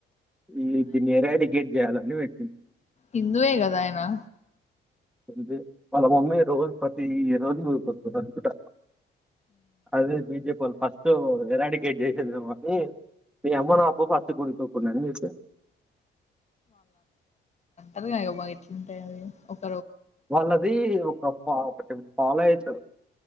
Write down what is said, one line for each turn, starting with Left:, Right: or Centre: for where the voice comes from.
Centre: ఈ త నే ర అడి గెడ్జయాలావ అ
Left: హిందూ ఏ కదా ఏనా
Centre: అ వాళ్ళ మమ్మీ రోజు ప్రతి రోజు రుతుంది అనుకుంట అదే బిజేపీ వాళ్ళు ఫస్ట్ ఎరాడికేట్ చేసేది మమ్మని ఎమనా అబ పటు కుకుడాని మీ
Left: అది కాంట <unintelligible>
Centre: వాళ్ళది ఒక ప ఒకటి ఫాలో ఐతారు